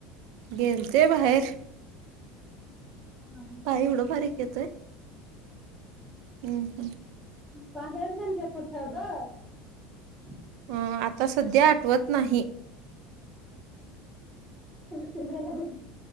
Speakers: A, on the right; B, in the centre.
A: गेलते बाहेर...
B: हा, हा.
A: काय एवढं बारीक.. येतय हम हम...
B: बाहेर म्हणजे कुठं ग...
A: अं आता सध्या आठवत नाही...
B: ला